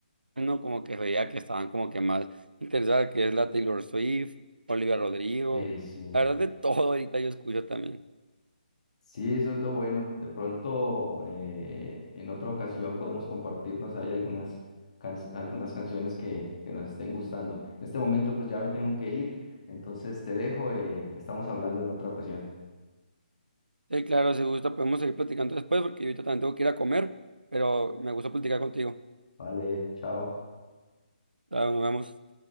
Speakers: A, on the right; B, on the left.
A: no como que veía que estaban como que más interesadas, que es la Taylor Swift, Olivia Rodrigo,
B: Sí, sí.
A: la verdad de todo ahorita yo escucho también.
B: Sí, eso es lo bueno. De pronto, eh, en otra ocasión podemos compartirnos ahí algunas, can- algunas canciones que, que nos estén gustando. En este momento pues ya me tengo que ir, entonces te dejo, eh, estamos hablando en otra ocasión.
A: Sí, claro, si gusta podemos seguir platicando después porque yo ahorita también tengo que ir a comer, pero me gusta platicar contigo.
B: Vale, chao.
A: Claro, nos vemos.